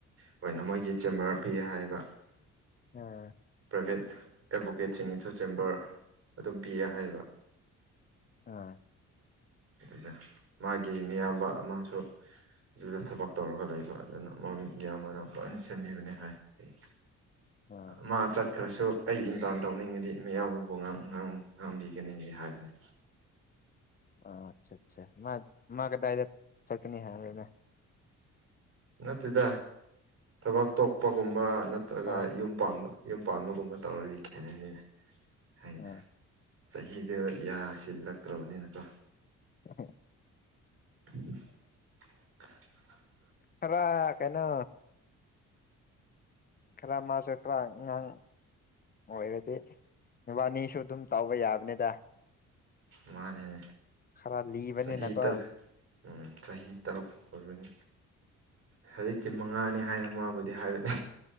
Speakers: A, on the right; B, on the left.
A: ꯈꯣꯏꯅ ꯃꯣꯏꯒꯤ ꯆꯦꯝꯕꯔ ꯄꯤ ꯍꯥꯏꯕ
B: ꯎꯪꯑꯥ
A: ꯄ꯭ꯔꯥꯏꯚꯦꯠ ꯑꯦꯗꯚꯣꯀꯦꯠꯁꯤꯡꯒꯤꯁꯨ ꯆꯦꯝꯕꯔ ꯑꯗꯨꯝ ꯄꯤꯌꯦ ꯍꯥꯏꯌꯦꯕ
B: ꯑꯥ
A: ꯑꯗꯨꯗ ꯃꯥꯒꯤ ꯃꯤꯌꯥꯝꯕ ꯑꯃꯁꯨ ꯑꯗꯨꯗ ꯊꯕꯛ ꯇꯧꯔꯒ ꯂꯩꯕ ꯑꯗꯨꯅ ꯃꯃꯤꯡ ꯌꯥꯝꯌꯥꯝꯕꯅ ꯂꯣꯏꯅ ꯁꯦꯝꯕꯤꯕꯅꯤ ꯍꯥꯏ ꯑꯩ
B: ꯑꯥ
A: ꯃꯥ ꯆꯠ ꯈꯔꯁꯨ ꯑꯩ ꯏꯟꯇꯥꯔꯟ ꯇꯧꯅꯤꯡꯉꯗꯤ ꯃꯤꯌꯥꯝꯕꯕꯨ ꯉꯥꯡ ꯉꯥꯡꯕꯤꯒꯅꯤꯒꯤ ꯍꯥꯏꯕꯅꯤ
B: <inaudible> ꯑ ꯆꯥ ꯆꯥ ꯃꯥ ꯃꯥ ꯀꯗꯥꯗ ꯆꯇꯀꯅꯤ ꯍꯥꯏ
A: ꯅꯠꯇꯦꯗ ꯊꯕꯛ ꯇꯣꯛꯄꯒꯨꯝꯕ ꯅꯠꯇ꯭ꯔꯒ
B: ꯑꯥ
A: ꯌꯨꯝ
B: ꯑꯥ
A: ꯄꯥꯟꯕ ꯌꯨꯝ ꯄꯥꯟꯕꯒꯨꯝꯕ ꯇꯧꯔꯗꯤ ꯀꯥꯏꯅꯅꯤ ꯍꯥꯏꯗ
B: ꯑꯥ
A: ꯆꯍꯤꯗꯨ ꯌꯥ ꯁꯤꯜꯂꯛꯇ꯭ꯔꯕꯅꯤꯅꯀꯣ
B: ꯍ
A: <unintelligible>
B: ꯈꯔ ꯀꯩꯅꯣ ꯈꯔꯃꯁꯨ ꯈꯔ ꯉꯥꯡ ꯑꯣꯏꯔꯗꯤ ꯅꯨꯕꯥꯅꯤꯁꯨ ꯑꯗꯨꯝ ꯇꯥꯎꯕ ꯌꯥꯕꯅꯤꯗ
A: ꯃꯥꯅꯦꯅꯦ
B: ꯈꯔ ꯂꯤꯕꯅꯤꯅꯀꯣ
A: ꯆꯍꯤ ꯇꯔ ꯎꯝ ꯆꯍꯤ ꯇꯔꯨꯛ ꯑꯣꯏꯕꯅꯤ ꯍꯧꯖꯤꯛꯇꯤ ꯃꯉꯥꯅꯤ ꯍꯥꯏꯅ ꯃꯥꯕꯨꯗꯤ ꯍꯥꯏꯕꯅꯤ